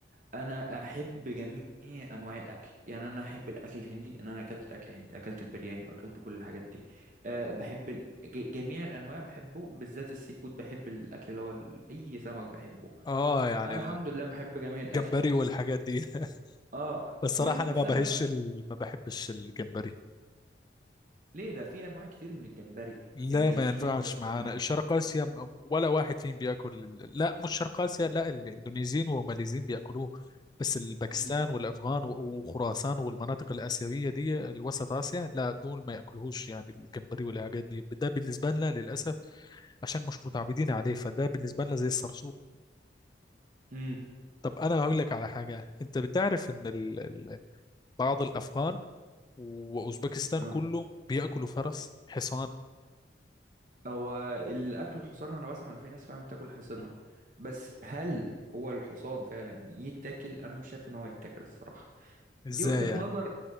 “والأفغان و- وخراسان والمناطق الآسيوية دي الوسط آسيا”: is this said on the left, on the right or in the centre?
Left